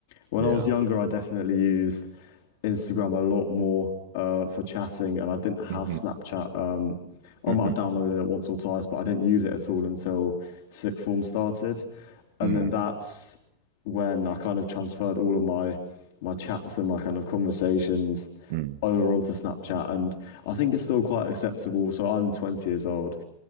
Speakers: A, on the left; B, on the right.
A: When
B: Yeah.
A: I was younger, I definitely used Instagram a lot more uh, for chatting, and I didn't have
B: hmm
A: Snapchat. Um, I
B: hmm
A: might have downloaded it once or twice, but I didn't use it at all until sixth form started, and
B: mm,
A: then that's when I kind of transferred all of my my chats and my kind of conversations
B: mm.
A: over onto Snapchat, and I think it's still quite acceptable. So I'm 20 years old,